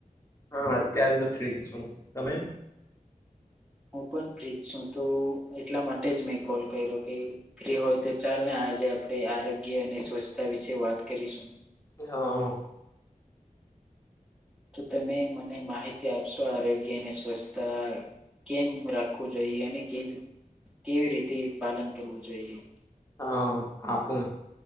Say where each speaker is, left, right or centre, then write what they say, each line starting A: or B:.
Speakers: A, on the left; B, in the centre.
A: હન અત્યારે તો ફ્રી છું. તમે?
B: હું પણ ફ્રીજ છું મ તો એટલા માટે જ મેં કોલ કર્યો કે ફ્રી હોય તો ચાલ ને આજે આપડે આરોગ્ય અને સ્વચ્છતા વિશે વાત કરીશું.
A: હન
B: તો તમે મને માહિતી આપશો આરોગ્યને સ્વચ્થછતા કેમ રાખવું જોઈએ. અને કેવી કેવી રીતે પાલન કરવું જોઈએ.
A: હન આપું.